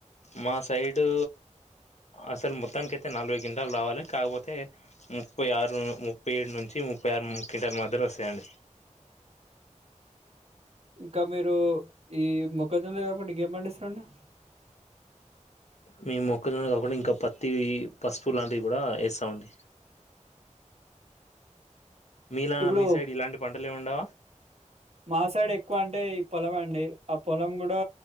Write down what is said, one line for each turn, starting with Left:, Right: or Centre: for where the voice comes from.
Left: మా సైడూ అసలు మొత్తానికైతే నలభై కింటాలు రావాలి కాకపోతే ముప్పైఆరు ముప్పైఏడు నుంచి ముప్పైఆరు మూడు కింటాలు మధ్యలో వస్తాయండి
Right: ఇంకా మీరు ఈ మొక్కజొన్న కాకుండా ఇంకేం పండిస్తారండి
Left: మేము మొక్కజొన్న కాకుండా ఇంకా పత్తి పసుపు లాంటివి కూడా ఏస్తామండి మీలా
Right: ఇప్పుడు
Left: మీసైడ్ ఇలాంటి పంటల్ లేం ఉండవా
Right: మా సైడ్ ఎక్కువ అంటే పొలమేఅండి ఆ పొలం కూడా